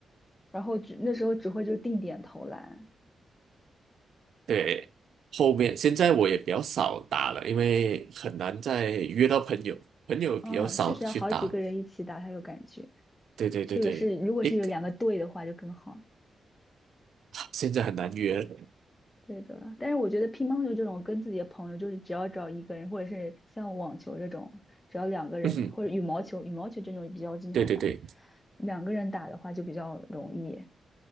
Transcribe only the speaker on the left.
然后只那时候只会就定点投篮，
啊，确实要好几个人一起打才有感觉，
特别是如果是有两个队的话就更好。
对的，但是我觉得乒乓球这种跟自己的朋友，就是只要找一个人，或者是像网球这种，只要两个人，
或者羽毛球，羽毛球这种比较经常玩，
两个人打的话就比较容易。